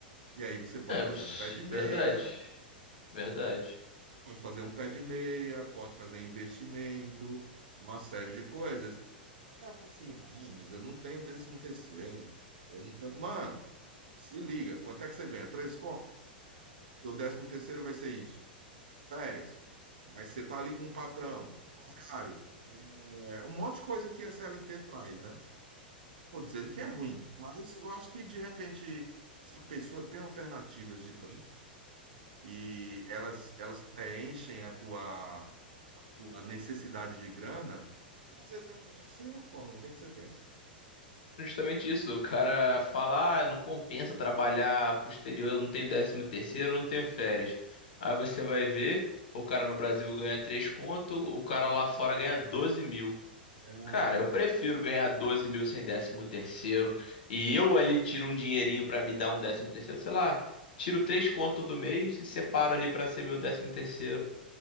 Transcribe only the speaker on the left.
É,
você-
verdade.
Verdade.
Justamente isso. O cara fala, ah, não compensa trabalhar pro exterior, eu não tenho décimo terceiro, eu não tenho férias. Aí você vai ver, o cara no Brasil ganha 3 conto, o cara lá fora ganha doze mil.
Cara, eu prefiro ganhar doze mil sem décimo terceiro e eu ali tiro um dinheirinho pra me dar um décimo terceiro, sei lá, tiro três conto do mês e separo ali pra ser meu décimo terceiro.